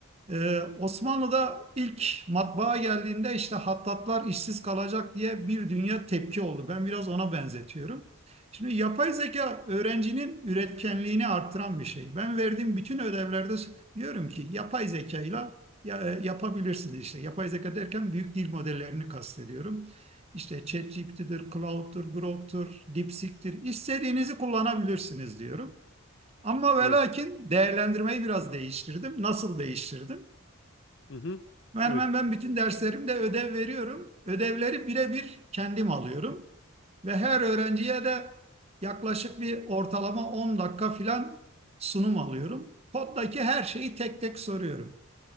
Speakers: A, on the right; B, on the left.
A: e, Osmanlı'da ilk matbaa geldiğinde işte hattatlar işsiz kalacak diye bir dünya tepki oldu. Ben biraz ona benzetiyorum. Şimdi yapay zeka öğrencinin üretkenliğini arttıran bir şey. Ben verdiğim bütün ödevlerde diyorum ki yapay zekayla ya, e, yapabilirsiniz işte. Yapay zeka derken büyük dil modellerini kastediyorum. İşte ChatGPT'dir, Claude'dur, Grok'tur, DeepSeek'tir. İstediğinizi kullanabilirsiniz diyorum. Ama ve
B: Evet.
A: lakin değerlendirmeyi biraz değiştirdim. Nasıl değiştirdim?
B: Hı hı.
A: Ben
B: Evet.
A: hemen ben bütün derslerimde ödev veriyorum. Ödevleri birebir kendim alıyorum. Ve her öğrenciye de yaklaşık bir ortalama 10 dakika filan sunum alıyorum. Koddaki her şeyi tek tek soruyorum.